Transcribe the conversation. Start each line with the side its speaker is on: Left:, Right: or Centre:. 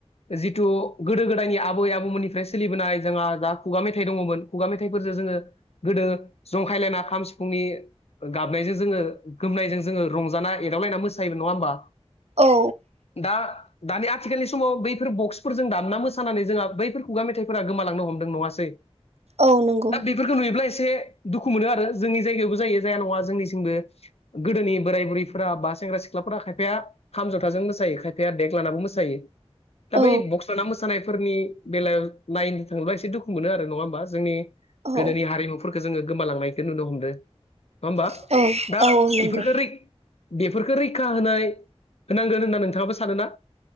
Left: जिथु गोदो गोदायनि आबै आबौमोननिफ्राय सोलिबोनाय जोंहा जा खुगा मेथाइ दङमोन खुगा मेथाइफोरजों जोङो गोदो जोङो जंखायलायना खाम सिफुंनि गाबनायजों जोङो गोमनायजों जोङो रंजाना एदावलायनानै मोसायो नङा होमबा
Right: औ
Left: दा दानि आथिखालनि समाव बैफोर बक्सफोरजों दाब पा मोसानानै जोंहा बैफोर खुगा मेथाइफोरा गोमालांनो हमदों नङासै
Right: औ नंगौ
Left: दा बेफोरखौ नुयोब्ला एसे दुखु मोनो आरो जोंनि जायगायावबो जायो जाया नङा जोंनिसिमबो गोदोनि बोराय बुरैफोरा बा सेंग्रा सिख्लाफोरा खायफाया थामजथाजों मोसायो खायफाया देग्लानाबो मोसायो दा
Right: औ
Left: बै बक्सारा मोसानायफोरनि बेलायाव नायनो थाङोब्ला एसे दुखु मोनो आरो नङा होमबा जोंनि
Right: औ औ
Left: गोदोनि हारिमुफोरखौ जोङो गोमालांनायखौ नुनो हमदों नङा होमबा
Right: औ
Left: दा
Right: औ नंगौ
Left: इफोरखौ रै बेफोरखौ रैखा होनाय होनांगोन होनना नोंथाङाबो सानो ना।